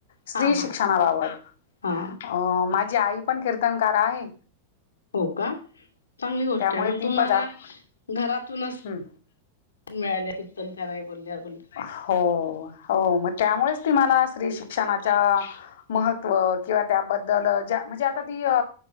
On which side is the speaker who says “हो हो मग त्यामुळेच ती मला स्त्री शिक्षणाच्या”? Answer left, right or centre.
Left